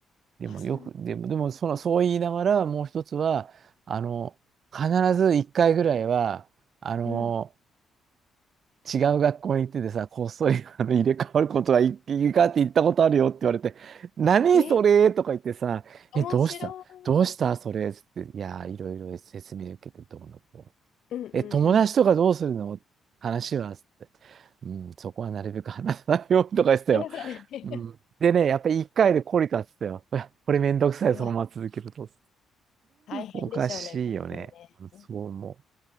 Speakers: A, on the right; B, on the left.
A: でもよく、
B: あ、そう。
A: でも、でもその、そう言いながら、もう一つは、あの、必ず一回ぐらいは、あの、
B: うん。
A: 違う学校に行っててさ、こっそりあの入れ替わることがいいかって言ったことあるよって言われて、何それとか言ってさ、
B: え、面白い。
A: え、どうしたどうしたそれつって、いやー、いろいろ説明受けてどうのこ
B: うんうんうん。
A: う。え、友達とかどうするの話はつって、うん、そこはなるべく話さないようにとか言ってたよ。
B: 話さない。<laughs>
A: うん。でね、やっぱり一回で懲りたっつったよ。<laughs> これめんどくさい、
B: いや、
A: そのまま続けると。
B: 大変でしょうね。
A: おかしいよね。
B: 確かにね。
A: そう思